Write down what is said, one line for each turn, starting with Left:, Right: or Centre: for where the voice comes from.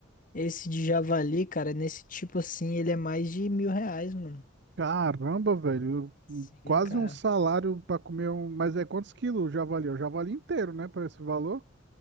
Left: Esse de javali, cara, nesse tipo assim, ele é mais de mil reais, mano.
Right: Caramba, velho,
Left: Sim,
Right: quase
Left: cara.
Right: um salário pra comer um. Mas é quantos quilos o javali? É O javali inteiro, né? Para esse valor?